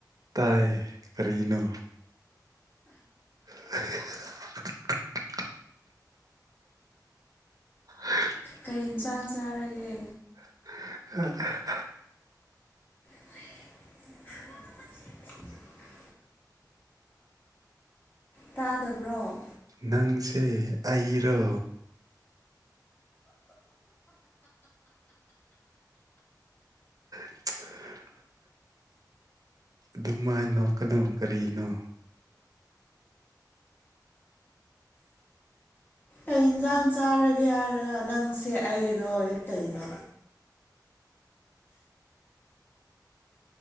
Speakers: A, on the right; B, on the left.
A: ꯇꯥꯏ ꯀꯔꯤꯅꯣ <unintelligible> <inaudible>
B: ꯀꯩ ꯏꯟꯁꯥꯡ ꯆꯥꯔꯒꯦ
A: <unintelligible>
B: <unintelligible> ꯇꯥꯗꯕ꯭ꯔꯣ
A: ꯅꯪꯁꯦ ꯑꯩꯔꯣ <unintelligible> ꯑꯗꯨꯝꯃꯥꯏꯅꯣ ꯀꯅꯨ ꯀꯔꯤꯅꯣ
B: ꯑꯩ ꯏꯟꯁꯥꯡ ꯆꯥꯔꯒꯦ ꯍꯥꯏꯔꯒ ꯅꯪꯁꯦ ꯑꯩꯔꯣꯏ ꯀꯩꯅꯣ